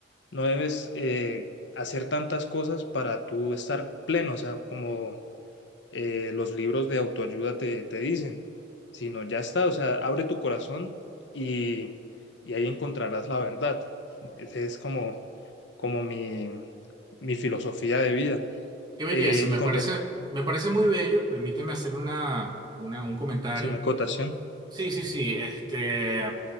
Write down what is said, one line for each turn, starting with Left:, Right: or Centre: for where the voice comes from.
Left: no debes eh, hacer tantas cosas para tú estar pleno, o sea, como eh, los libros de autoayuda te, te dicen, sino ya está, o sea, abre tu corazón y, y ahí encontrarás la verdad. Esa es como, como mi, mi filosofía de vida.
Right: Qué belleza,
Left: Eh,
Right: me
Left: y con
Right: parece,
Left: respecto,
Right: me parece muy bello. Permíteme hacer una, una- un comentario.
Left: si una acotación,
Right: Sí, sí, sí. Este,